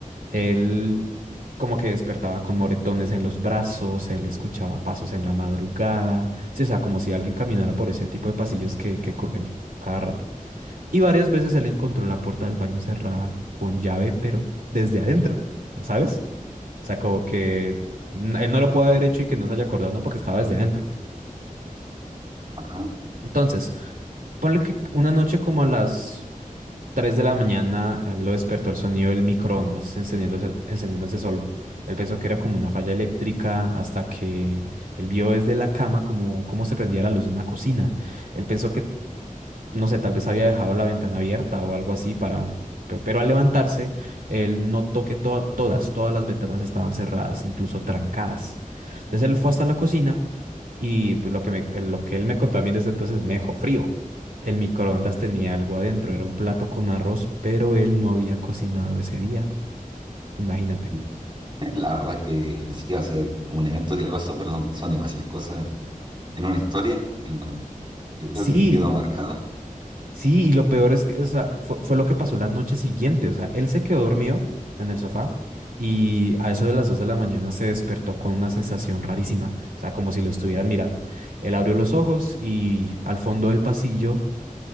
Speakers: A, on the right; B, on the right.
A: Él como que despertaba con moretones en los brazos, él escuchaba pasos en la madrugada, sí, o sea, como si alguien caminara por ese tipo de pasillos que, que crujen cada rato. Y varias veces él encontró la puerta del baño cerrada con llave, pero desde adentro, ¿sabes? O sea, como que n- él no lo puede haber hecho y que no se haya acordado, no, porque estaba desde adentro.
B: Ajá.
A: Entonces, ponle que una noche como a las 3 de la mañana eh, lo despertó el sonido del microondas encendiéndose, encendiéndose solo. Él pensó que era como una falla eléctrica hasta que él vio desde la cama como cómo se prendía la luz de una cocina. Él pensó que, no sé, tal vez había dejado la ventana abierta o algo así para... pe- Pero al levantarse, él notó que toda- todas, todas las ventanas estaban cerradas, incluso trancadas. Entonces él fue hasta la cocina y pues lo que, me- lo que él me contó a mí desde entonces me dejó frío. El microondas tenía algo adentro, era un plato con arroz, pero él no había cocinado ese día. Imagínate.
B: <laughs> La verdad es que pensé que iba a ser un evento que le pasó, pero son, son demasiadas cosas en una historia. en un- yo creo
A: Sí,
B: que quedó marcado.
A: sí, y lo peor es que, o sea, fue, fue lo que pasó la noche siguiente. O sea, él se quedó dormido en el sofá y a eso de las 2 de la mañana se despertó con una sensación rarísima, o sea, como si lo estuvieran mirando. Él abrió los ojos y al fondo del pasillo